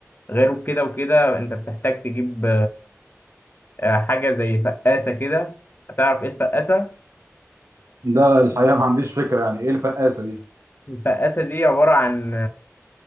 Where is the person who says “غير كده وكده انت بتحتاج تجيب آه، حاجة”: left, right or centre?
Left